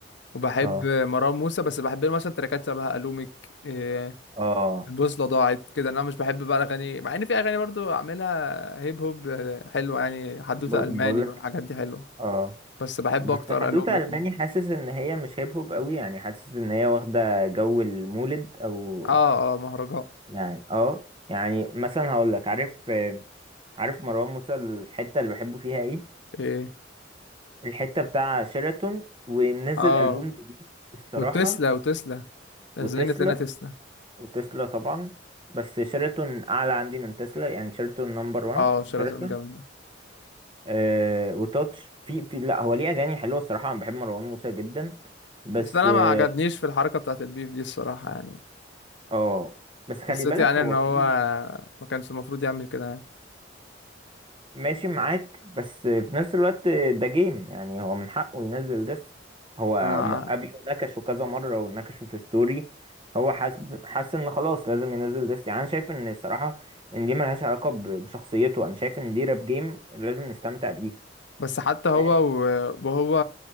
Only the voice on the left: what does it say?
وبحب
مروان موسى بس بحب له مثلا تراكات شبه الومك إيه
البوصله ضاعت كده انا مش بحب بقى الاغاني مع ان في اغاني برضو عاملها هيب هوب حلوه يعني حدوته
الماني
والحاجات دي حلوه
بس بحب
اكتر
الومك
اه اه مهرجان
ايه
اه
وتسلا وتسلا ازاي
نسينا تسلا
اه شيراتون
جامده
بس انا
ما عجبنيش في الحركه بتاعت البيف دي الصراحه يعني
حسيت
يعني
ان هو
ما كانش المفروض يعمل كده يعني
انا
بس حتى هو
و- وهو